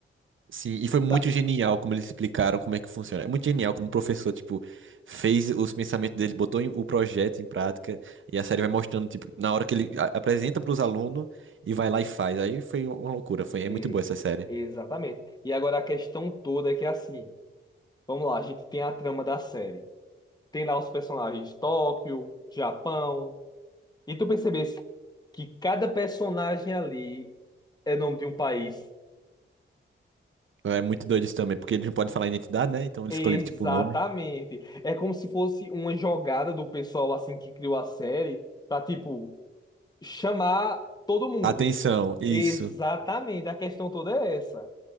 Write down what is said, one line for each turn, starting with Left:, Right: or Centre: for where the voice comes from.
Right: Sim, e foi muito
Left: Pra-
Right: genial como eles explicaram como é que funciona. É muito genial como o professor, tipo, fez os pensamentos dele, botou em- o projeto em prática, e a série vai mostrando, tipo, na hora que ele a- apresenta para os alunos e vai lá e faz. Aí foi uma loucura, foi, é
Left: é,
Right: muito boa essa série.
Left: exatamente. E agora a questão toda é que, assim, vamos lá, a gente tem a trama da série. Tem lá os personagens Tóquio, Japão. E tu percebesse que cada personagem ali é nome de um país.
Right: É muito doido isso também, porque eles não podem falar identidade, né? Então eles
Left: Exatamente.
Right: escolheram, tipo, o nome.
Left: É como se fosse uma jogada do pessoal assim que criou a série pra tipo chamar todo mundo.
Right: Atenção, isso.
Left: Exatamente. A questão toda é essa.